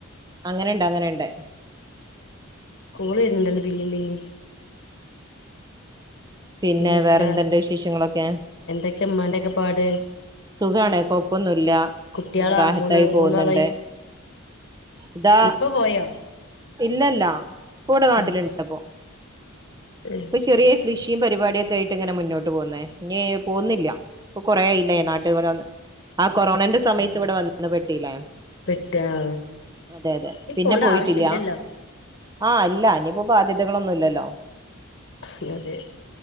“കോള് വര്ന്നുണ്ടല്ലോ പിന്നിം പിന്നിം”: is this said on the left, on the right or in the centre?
Left